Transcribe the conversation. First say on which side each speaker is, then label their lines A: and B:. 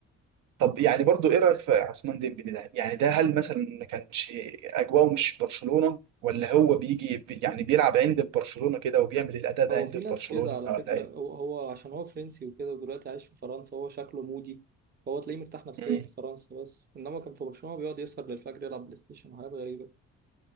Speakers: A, on the right (about 80°); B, on the right (about 30°).
A: طب يعني برضو ايه رايك في عثمان ديمبلي ده يعني ده هل مثلا ما كانش اجواءه مش برشلونه ولا هو بيجي بي- يعني بيلعب عند برشلونه كده وبيعمل الاداء ده
B: هو
A: عند
B: في ناس
A: برشلونه
B: كده على
A: ولا
B: فكرة
A: ايه
B: هو, هو عشان هو فرنسي وكده ودلوقتي عايش في فرنسا هو شكله مودي هو تلاقيه مرتاح نفسيا
A: مم.
B: في فرنسا بس انما كان في برشلونة بيقعد يسهر للفجر يلعب بلاي ستيشن وحاجات غريبة